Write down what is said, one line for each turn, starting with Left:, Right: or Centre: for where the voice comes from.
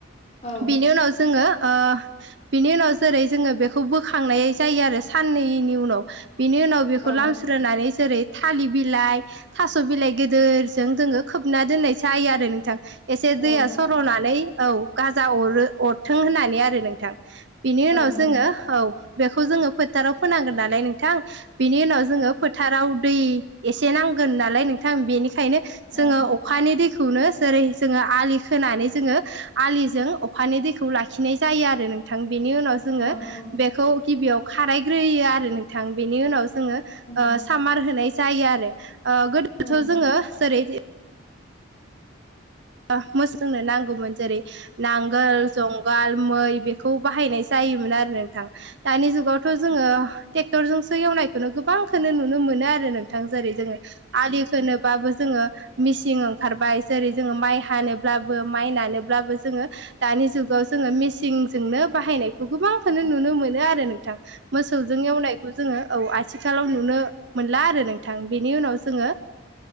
Left: औ
Right: बेनि उनाव जोङो ओ बिनि उनाव जेरै जोङो बेखौ बोखांनाय जायो आरो साननैनि उनाव। बिनि उनाव बेखौ
Left: औ
Right: लामस स्रोनानै जेरै थालिर बिलाइ थास' बिलाइ गोदोरजों जोङो खोबना दोननाय जायो आरो। नोंथां एसे
Left: औ
Right: दैया सर'नानै औ गाजा अरो अरथों होननानै आरो नोंथां। बिनि
Left: औ
Right: उनाव
Left: औ
Right: जोङो औ बेखौ जोङो फोथाराव फोनांगोन नालाय नोंथां बिनि उनाव जोङो फोथाराव दै एसे नांगोन नालाय नोंथां बेनिखायनो
Left: नंगौ
Right: जोङो अखानि दै खौनो जेरै जोङो आलि खोनानै जोङो आलिजों अखानि दैखौ लाखिनाय जायो आरो नोंथां। बेनि उनाव
Left: औ
Right: जोङो
Left: औ औ
Right: बेखौ गिबियाव खारायग्रोयो आरो नोंथां बेनि उनाव जोङो
Left: औ औ
Right: ओ सामार होनाय जायो आरो ओ गोदोथ'
Left: औ
Right: जोङो जेरै ओ मोसौनो नांगौमोन जेरै नांगोल जं गाल मै बेखौ बाहायनाय जायोमोन आरो नोंथां दानि जुगावथ' जोङो ट्रेक्टरजोंसो एवनायखौनो गोबांखो नुनो मोनो आरो नों जेरै जोङो आलि खोनोबाबो जोङो मिसिं ओंखारबाय जेरै जोङो माइ हानोब्लाबो माइ नानोब्लाबो जोङो दानि जुगाव जोङो मेचिंजोंनो बाहाय नायखौ गोबांखौ नुनो मोनो आरो नोंथां। मोसौजों एवनायखौ जोङो औ आथिखालाव नुनो मोनला आरो नोंथां। बिनि उनाव जोङो